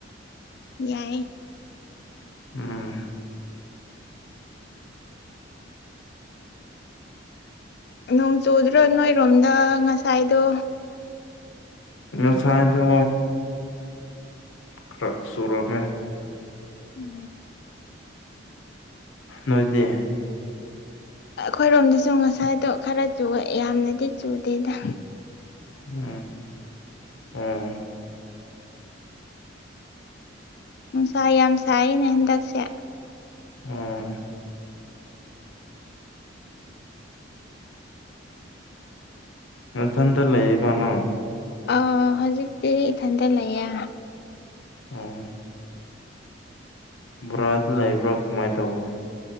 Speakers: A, on the left; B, on the left.
A: ꯌꯥꯏꯌꯦ
B: ꯎꯝ
A: ꯅꯣꯡ ꯆꯨꯗ꯭ꯔꯣ ꯅꯣꯏꯔꯣꯝꯗ ꯉꯁꯥꯏꯗꯣ
B: ꯉꯁꯥꯏꯗꯣ ꯈꯔ ꯆꯨꯔꯝꯃꯦ
A: ꯎꯝ
B: ꯅꯣꯏꯗꯤ
A: ꯑꯩꯈꯣꯏꯔꯣꯝꯗꯁꯨ ꯉꯁꯥꯏꯗꯣ ꯈꯔ ꯆꯨꯏꯌꯦ ꯌꯥꯝꯅꯗꯤ ꯆꯨꯗꯦꯗ
B: ꯎꯝ ꯑꯣ
A: ꯅꯨꯡꯁꯥ ꯌꯥꯝ ꯁꯥꯏꯅꯦ ꯍꯟꯗꯛꯁꯦ
B: ꯎꯝ ꯅꯊꯟꯇ ꯂꯩꯌꯦꯕ ꯅꯪ
A: ꯑ ꯍꯧꯖꯤꯛꯇꯤ ꯏꯊꯟꯇ ꯂꯩꯌꯦ
B: ꯑꯣ ꯚꯔꯥꯗ ꯂꯩꯕ꯭ꯔꯥ ꯀꯃꯥꯏꯅ ꯇꯧꯕ